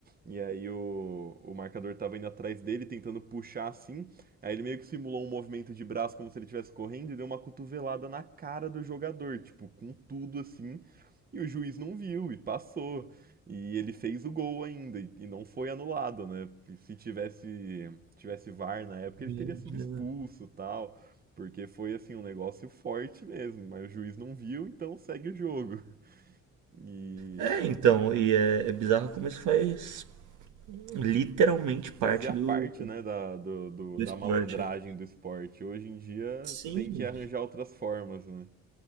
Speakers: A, on the right; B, on the right.
A: E aí o, o marcador estava indo atrás dele, tentando puxar assim. Aí ele meio que simulou um movimento de braço como se ele estivesse correndo e deu uma cotovelada na cara do jogador, tipo, com tudo assim. E o juiz não viu e passou. E ele fez o gol ainda e não foi anulado, né? E se tivesse, se tivesse VAR na época, ele
B: E,
A: teria sido expulso, e tal, porque foi assim um negócio forte mesmo, mas o juiz não viu, então segue o jogo. E
B: É, É, então, e é, é bizarro como isso faz literalmente parte
A: fazia
B: do,
A: parte, né, da, do, do-
B: do
A: da
B: esporte.
A: malandragem do esporte. Hoje em dia
B: Sim,
A: tem que arranjar outras formas, né?